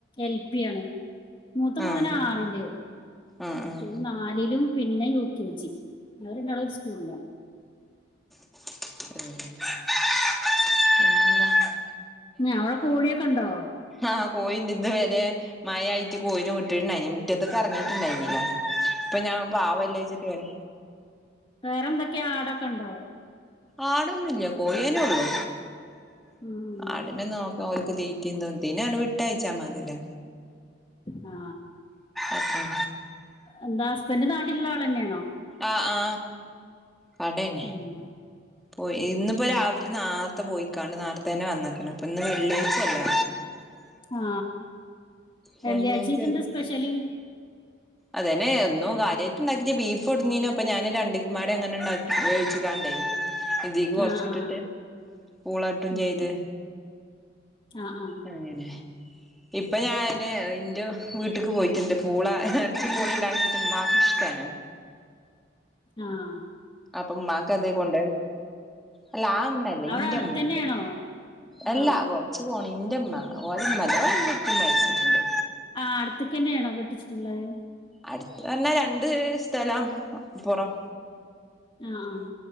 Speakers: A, on the left (about 25°); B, in the centre.
A: എൽ പി ആണ് മൂത്തമോൻ
B: ആഹ്
A: ആറില്
B: ആഹ്
A: മറ്റോര്
B: ആഹ്
A: നാലിലും- പിന്നെ യു കെ ജി- അവര് രണ്ടാളും ഒര് സ്കൂള്ലാ-
B: പിന്നെ -
A: അവടെ കോഴിയൊക്കെ ണ്ടോ?
B: ആഹ് കോയിണ്ട് ഇത് വെരെ- മായയിറ്റ് കോയിനെ വിട്ട്ട്ട്ണ്ടായി മിറ്റത്ത്ക്കറങി ണ്ടായ്നില- ഇപ്പ ഞാൻ പാവല്ലേച്ചിട്ട് വലി
A: വേറെന്തൊക്കെയാ ആടൊക്കെണ്ടോ?
B: ആടൊന്നുല്ല കോയ് നുള്ളൂ
A: ഉം
B: ആട്നെ നോക്ക തീറ്റീം തും തിനങ്ങട്ട് വിട്ടയച്ചാ മതീലൊ
A: ആ
B: അപ്പം
A: എന്താ ഹസ്ബന്റ് നാട്ടില്ള്ള ആളെന്നേണോ
B: ആ ആ കടേന്നെ
A: ഉം
B: പോയി ഇന്ന് പ്പോ രാവിലെ നാരത്തെ പോയിക്കാണ്ട് നാരത്തെ തന്നെ വന്ന പിന്നെപ്പന്ന് വെള്ളിയാഴ്ചല്ലേ
A: ആ
B: വെള്ളിയാഴ്ചയിറ്റ്
A: വെള്ളിയാഴ്ചായിട്ട് എന്താ സ്പെഷ്യല്
B: അതേനെ ഒന്നും കാര്യായ്റ്റ് ണ്ടാക്കിറ്റില്ല ബീഫ് കൊട്നീന്നു അപ്പ ഞാന് രണ്ട അങ്ങനെണ്ടാക്കി വേവിച്ച് ങ്ങാണ്ടേ ഇതീക്ക് ക്കൊറച്ച്ട്ട്ട്ട്
A: ആ ആ
B: പൂള ഇട്ടും
A: ഉം
B: ചെയ്ത്
A: ആ ആ
B: അങ്ങനെ ഇപ്പ ഞാന് ഇന്റെ വീട്ട്ക്ക് പോയിറ്റ്ണ്ട് പൂള എറചി പോളീം ഉണ്ടാക്കീട്ട്ണ്ട് മാക്ക് ഇഷ്ട ആഹ്
A: ആഹ്
B: അപ്പ മ്മാക്കത് കൊണ്ട് അല്ല ആ ഇമ്മല്ല
A: അവിടെ
B: ഇന്റെമ്മ
A: അടുത്തന്നെയാണോ
B: അല്ല
A: ആഹ്
B: കൊറച്ച് വുട്ടെന്നേ ഇന്റെമ്മ ഓലമ്മ ഓലമീം ഇപ്പീമ് മരിച്ച്ട്ട്ണ്ട്
A: ആഹ് അട്ത്ത്ക്കെന്നേണോ കെട്ടിച്ച്ട്ട്ള്ളത്
B: അട്ത്ത് പറഞ്ഞാ രണ്ട് സ്ഥലം അപ്പുറം
A: ആഹ് ആഹ്